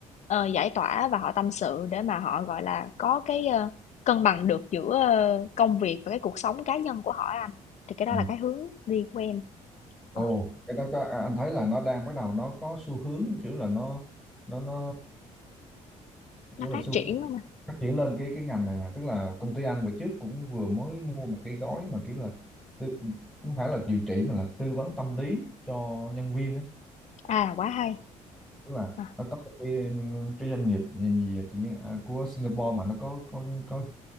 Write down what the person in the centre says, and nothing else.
ừ.
ồ
cái đó có, à, anh thấy là nó đang bắt đầu nó có xu hướng kiểu là nó nó nó
kiểu là
xu
hướng
phát triển lên cái cái ngành này nè tức là công ty anh bữa trước cũng vừa mới mua một cái gói mà kiểu là tư, không phải là điều trị mà là tư vấn tâm lý cho nhân viên á
tức là
nó có một cái, cái doanh nghiệp gì, gì tự nhiên à, của Singapore mà nó có có có